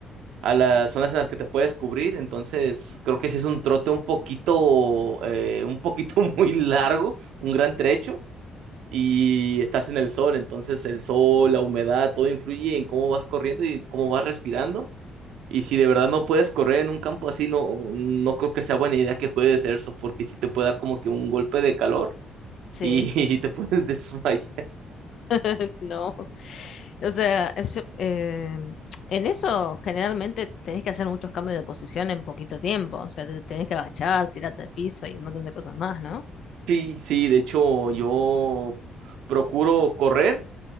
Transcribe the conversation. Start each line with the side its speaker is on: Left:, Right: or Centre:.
Right: a las zonas en las que te puedes cubrir, entonces creo que sí es un trote un poquito, eh, un poquito <laughs> muy largo, un gran trecho, y estás en el sol, entonces el sol, la humedad, todo influye en cómo vas corriendo y cómo vas respirando, y si de verdad no puedes correr en un campo así, no, no creo que sea buena idea que juegues eso, porque sí te puede dar como que un golpe de calor
Left: Sí,
Right: y, <laughs> y te puedes desmayar.
Left: <laughs> no. O sea, es- eh, en eso generalmente tenés que hacer muchos cambios de posición en poquito tiempo. O sea, te tenés que agachar, tirarte al piso y un montón de cosas más, ¿no?
Right: Sí, sí, de hecho yo procuro correr.